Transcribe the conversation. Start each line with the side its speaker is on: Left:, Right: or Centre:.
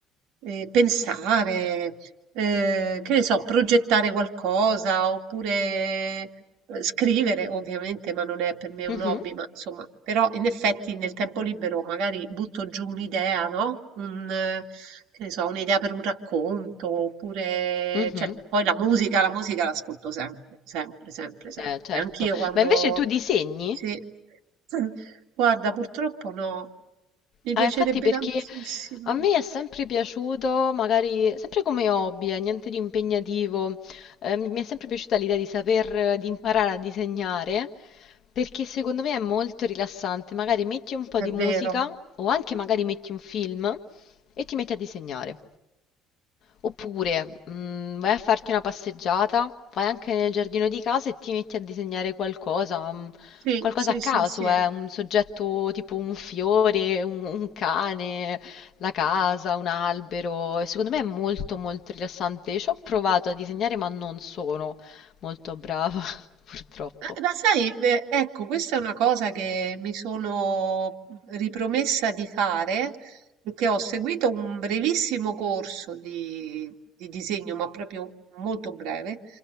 Right: e pensare, eh, che ne so, progettare qualcosa oppure eh, scrivere, ovviamente, ma non è per me un
Left: mhm,
Right: hobby, ma insomma, però in effetti nel tempo libero magari butto giù un'idea, no? Un, eh, che ne so, un'idea per un racconto, oppure,
Left: mhm.
Right: cioè, poi la musica, la musica l'ascolto sempre, sempre, sempre, sempre.
Left: Eh, certo.
Right: Anch'io quando...
Left: Ma invece tu disegni?
Right: Sì. <clears throat> <laughs> Guarda, purtroppo no, mi piacerebbe
Left: Ah, infatti perché
Right: tantissimo,
Left: a me è sempre piaciuto, magari sempre come hobby, eh, niente di impegnativo, eh, mi mi è sempre piaciuta l'idea di saper, eh, di imparare a disegnare, perché secondo me è molto rilassante. Magari metti un po'
Right: è
Left: di
Right: vero.
Left: musica o anche magari metti un film e ti metti a disegnare. Oppure mm, vai a farti una passeggiata, vai anche nel giardino di casa e ti metti a disegnare qualcosa, mm,
Right: Sì,
Left: qualcosa
Right: sì,
Left: a caso,
Right: sì, sì.
Left: eh, un soggetto tipo un fiore, un, un cane, la casa, un albero. e Secondo me è molto molto rilassante. Ci ho provato a disegnare ma non sono molto brava, <laughs> purtroppo.
Right: Ma, ma sai, eh, ecco, questa è una cosa che mi sono mhmm, ripromessa di fare, perché ho seguito un brevissimo corso di, di disegno, ma proprio molto breve,